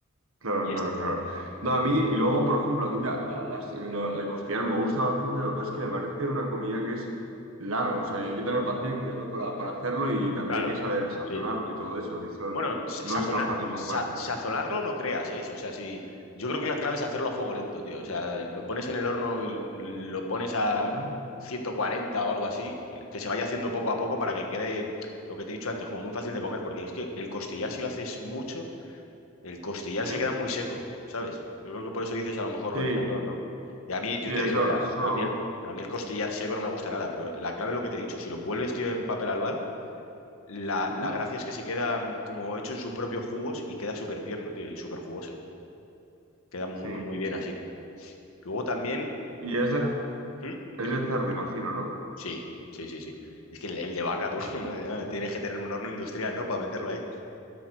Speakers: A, on the right; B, on the left.
A: claro,
B: Y
A: claro,
B: es,
A: claro. No, a mí, y luego, por ejemplo, a mí la, la- las- lo- el costillar me gusta bastante, lo que pasa es que me parece una comida que es largo, o sea, hay que tener paciencia, ¿no? Para, para hacerlo y también
B: claro,
A: hay que saber sazonarlo
B: sí.
A: y todo eso, que eso
B: Bueno, sa-
A: no es
B: sazona-
A: tan fácil como
B: sa-
A: parece.
B: sazonarlo no creas, ¿eh? O sea, si yo creo que la clave es hacerlo a fuego lento, tío. O sea, lo pones en el horno y lo pones a
A: Ujú,
B: 140 o algo así, y que se vaya haciendo poco a poco para que quede lo que te he dicho antes, como muy fácil de comer, porque es que el costillar, si lo haces mucho, el costillar
A: Sí,
B: se queda muy seco, ¿sabes? Yo creo que por eso dices a lo mejor lo
A: sí,
B: del sazón, ¿no? Y a mí, yo
A: sí,
B: te
A: eso,
B: digo, era,
A: eso,
B: a mí el, a mí el costillar seco no me gusta nada, pero la clave es lo que te he dicho, si lo envuelves, tío, en papel albal la,
A: ujú,
B: la gracia es que se queda mm, como hecho en sus propios jugos y queda súper tierno, tío, y súper jugoso. Queda muy,
A: sí.
B: muy, muy bien así. Luego también,
A: Y es de,
B: ¿hmm? Dime.
A: es de cerdo, imagino, ¿no?
B: Sí, sí, sí, sí. Es que el, el de vaca, tú, <laughs>
A: Ujú.
B: tienes que tener un horno industrial, ¿no? Para meterlo ahí.